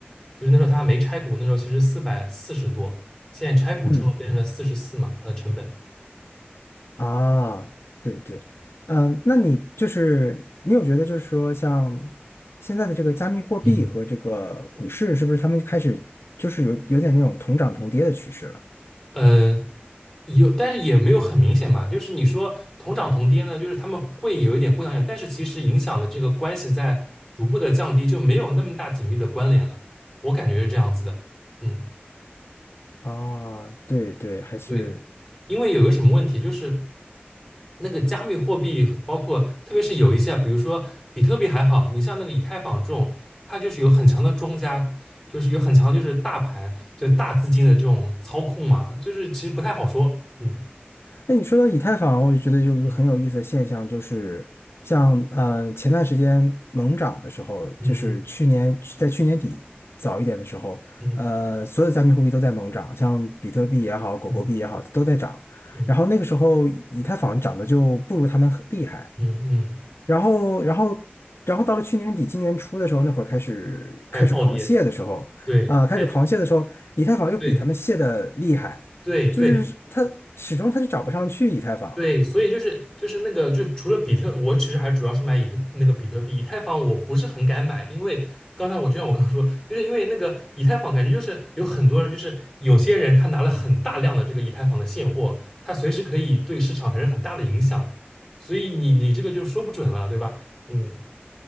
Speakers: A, on the left (about 15°); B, on the left (about 80°).
A: 就是那时候它还没拆股，那时候其实四百四十多，现在拆股之后变成了四十四嘛，
B: 嗯
A: 它的成本。
B: 啊，对对，嗯、那你就是你有觉得就是说像现在的这个加密货币和这个股市，
A: 嗯，
B: 是不是他们开始就是有有点那种同涨同跌的趋势了？
A: 呃，有，但是也没有很明显吧。就是你说同涨同跌呢，就是他们会有一点互相影响，但是其实影响的这个关系在逐步的降低，就没有那么大紧密的关联了。我感觉是这样子的。嗯。
B: 啊，对对，还是，
A: 对，因为有个什么问题，就是那个加密货币，包括特别是有一些啊，比如说比特币还好，你像那个以太坊这种，它就是有很强的庄家，就是有很强就是大盘，就大资金的这种操控嘛，就是其实不太好说。嗯
B: 哎，你说到以太坊，我就觉得有一个很有意思的现象，
A: 嗯
B: 就是像呃前段时间猛涨的时候，就是去年在去年底早一点的时候，
A: 嗯嗯
B: 呃，所有的加密货币都在猛涨，像比特币也好，狗狗币也好，
A: 嗯
B: 都在涨。
A: 嗯
B: 然后那个时候以太坊涨的就不如他们很厉害，
A: 嗯嗯，嗯，
B: 然后，然后，然后到了去年底、今年初的时候，那会儿开始开始狂泻的时候，
A: 开始暴跌，对，
B: 啊、开始狂泻的时候，
A: 哎
B: 以太坊又比他们泻的厉害，
A: 对对对，
B: 就是它始终它就涨不上去以太坊
A: 对，所以就是就是那个，就除了比特，我其实还主要是买以特那个比特币，以太坊我不是很敢买，因为刚才我就像我刚刚说，就是因为那个以太坊感觉就是有很多人，就是有些人他拿了很大量的这个以太坊的现货，他随时可以对市场产生很大的影响，所以你你这个就说不准了，对吧？嗯，